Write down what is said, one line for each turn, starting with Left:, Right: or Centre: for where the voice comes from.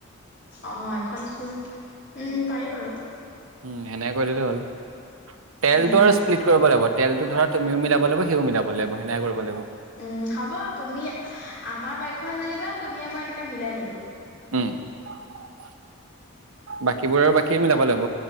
Left: অ এখন স্কুল ওম পাৰি বাৰু
Right: উম সেনেকে কৰি দিলো হ'ল তেলটো
Left: উম
Right: আৰু স্প্লিট কৰিব লাগিব তেল ধৰা তুমিও মিলাব লাগিব সিও মিলাব লাগিব সেনাই কৰিব লাগিব
Left: উম হ'ব তুমি আমাৰ বাইকখনত যেনিবা তুমিয় মই এনেকে মিলাই ললো
Right: <unintelligible> বাকীবোৰৰ বাকীয়ে মিলাব লাগিব